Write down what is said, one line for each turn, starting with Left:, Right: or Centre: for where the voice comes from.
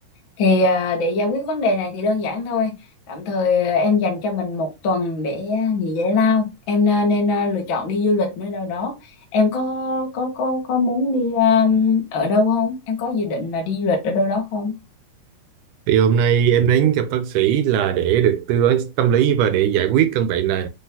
Left: thì à, để giải quyết vấn đề này thì đơn giản thôi tạm thời à, em dành cho mình một tuần để à, nghỉ giải lao em à, nên à, lựa chọn đi du lịch nơi đâu đó em có có có có muốn đi à, ở đâu không em có dự định là đi du lịch ở đâu đó không
Right: Thì hôm nay em đến gặp bác sĩ là để được tư vấn tâm lý và để giải quyết căn bệnh này.